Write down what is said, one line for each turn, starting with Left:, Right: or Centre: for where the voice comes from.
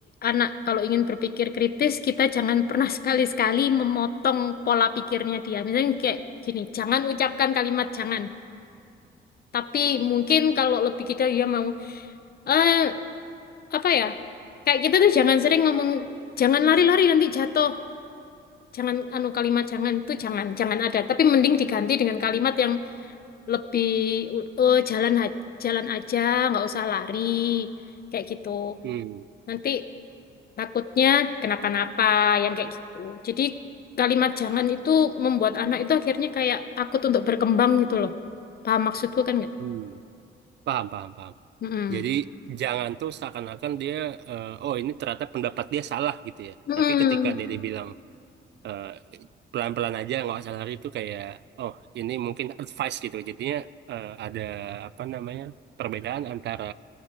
Left: anak kalau ingin berpikir kritis kita jangan pernah sekali-sekali memotong pola pikirnya dia. Misalnya kayak gini, jangan ucapkan kalimat jangan. Tapi mungkin kalau lebih kita dia mau eh apa ya? Kayak kita tuh jangan sering ngomong jangan lari-lari nanti jatuh. Jangan anu kalimat jangan tuh jangan jangan ada. Tapi mending diganti dengan kalimat yang lebih "Eh, jalan ha- jalan aja, nggak usah lari. Kayak gitu.
Right: Hmm.
Left: Nanti takutnya kenapa-napa yang kayak gitu. Jadi kalimat jangan itu membuat anak itu akhirnya kayak takut untuk berkembang gitu loh. Paham maksudku kan nggak?
Right: Hmm. Paham, paham, paham.
Left: Mm-mm.
Right: Jadi jangan tuh seakan-akan dia, eh, oh ini ternyata pendapat dia salah gitu ya.
Left: Mm-mm.
Right: Tapi ketika dia dibilang eh, pelan-pelan aja nggak usah lari itu kayak, oh ini mungkin advice gitu. Jadinya eh, ada apa namanya perbedaan antara